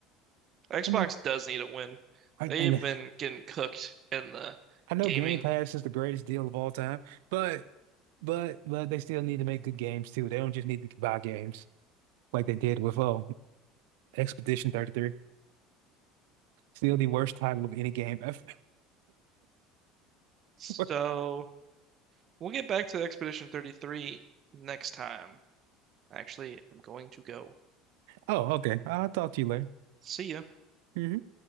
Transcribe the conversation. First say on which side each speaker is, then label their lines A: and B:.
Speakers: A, on the right; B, on the right.
A: Xbox
B: I mean,
A: does need a win.
B: I,
A: They've
B: and
A: been getting cooked in the
B: I know
A: gaming
B: Game Pass is the greatest deal of all time, but but but they still need to make good games too. They don't just need to buy games like they did with oh Expedition 33. Still the worst title of any game ever.
A: So
B: <laughs>
A: we'll get back to Expedition 33 next time. Actually, I'm going to go.
B: Oh, okay. I'll talk to you later.
A: See ya.
B: Mhm.